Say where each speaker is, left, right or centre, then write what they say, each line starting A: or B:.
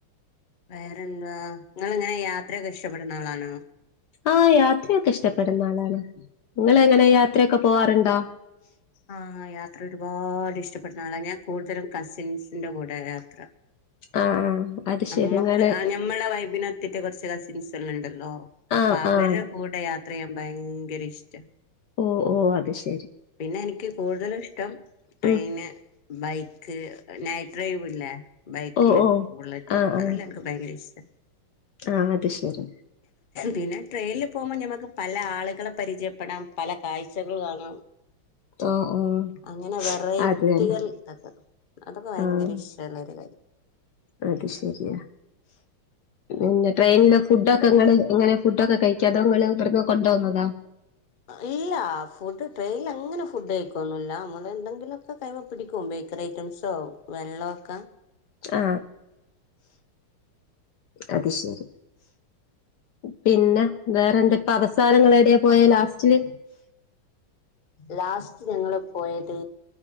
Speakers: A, on the left; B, on the left.
A: വേറെന്താ നിങ്ങൾ ഇങ്ങനെ യാത്രയൊക്കെ ഇഷ്ടപ്പെടുന്ന ആളാണോ
B: ആ യാത്രയൊക്കെ ഇഷ്ടപ്പെടുന്ന ആളാണ് നിങ്ങൾ എങ്ങനെ യാത്രയൊക്കെ പോവാറുണ്ടോ
A: ആ ആ യാത്ര ഒരുപാട് ഇഷ്ടപ്പെടുന്ന ആള ഞാൻ കൂടുതലും കസിൻസിന്റെ കൂടെ യാത്ര
B: ആഹ് ആഹ് അത്
A: നമ്മക്ക്
B: ശരി. ഇങ്ങള്
A: ആ ഞമ്മുടെ വൈബിനൊത്തിട്ട് കുറച് കസിൻസെല്ലാം ഉണ്ടല്ലോ അപ്പൊ
B: ആഹ്
A: അവരുടെ
B: ആഹ്
A: കൂടെ യാത്ര ചെയ്യാൻ ഭയങ്കര ഇഷ്ട
B: ഓ ഓ അതെശ്
A: പിന്നെ എനിക്ക് കൂടുതല് ഇഷ്ടം ട്രെയിന്
B: ഉം
A: ബൈക്ക് നൈറ്റ് ഡ്രൈവ് ഇല്ലേ ബൈക്കില്
B: ഓഹ് ഓഹ്
A: ബുള്ളറ്റില്
B: ആഹ്
A: അതെല്ലാം
B: ആഹ്
A: എനിക്ക് ഭയങ്കര ഇഷ്ട
B: ആഹ് അത് ശരി
A: പിന്നെ ട്രെയിനിൽ പോകുമ്പോൾ ഞമ്മുക്ക് പല ആളുകളെ പരിചയപ്പെടാം പല കാഴ്ചകൾ കാണാം
B: ആഹ് ആഹ്
A: അങ്ങനെ വറൈറ്റികൾ
B: അത് തന്നെ
A: അതൊക്കെ ഭയങ്കര
B: ആഹ്
A: ഇഷ്ടല്ലരു
B: അത് ശരിയാ പിന്നെ ട്രെയിനില് ഫുഡൊക്കെ നിങ്ങൾ ഇങ്ങനെ ഫുഡൊക്കെ കഴിക്കാ അതോ നിങൾ ഇവിടന്ന് കൊണ്ടുപോന്നതാ
A: ഇല്ല ഫുഡ് ട്രെയിനിൽ അങ്ങനെ ഫുഡ് കഴിക്കുന്നല്ല നമ്മള് എന്തെിലൊക്കെ കൈമാ പിടിക്കു ബേക്കറി ഐറ്റംസോ വെള്ളക്കെ
B: അ അത് ശെരി പിന്നെ വേറെന്താ ഇപ്പ അവസാനങ്ങളെട്യ പോയെ ലാസ്റ്റില്
A: ലാസ്റ്റ് ഞങ്ങൾ പോയത്